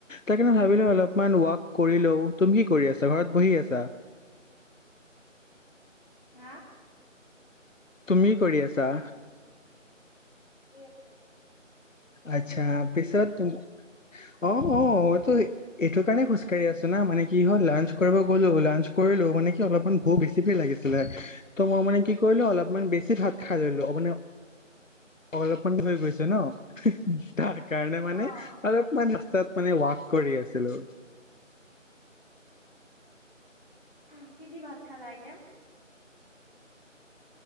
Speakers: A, on the left (about 75°); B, on the left (about 35°).
A: তাকে মই ভাবিলো অলপমান ৱাক কৰি লওঁ তুমি কি কৰি আছা ঘৰত বহি আছা
B: হা
A: তুমি কি কৰি আছা
B: আছে
A: আচ্ছা পিছত তুম অ', অ', এইটো কাৰণে খোজকাঢ়ি আছো শুনা মানে কি হল লাঞ্চ কৰিব গলো লাঞ্চ কৰিলো মানে কি অলপমান ভুক বেছি কৈ লাগিছিলে ত মই মানে কি কৰিলো অলপমান বেছি ভাত খাই লৈলো ম অলপ হৈ গৈছে ন তাক কাৰণে মানে
B: অ
A: অলপ মান তাত মানে ৱাক কৰি আছিলো
B: অ কি দি ভাত খালা এতিয়া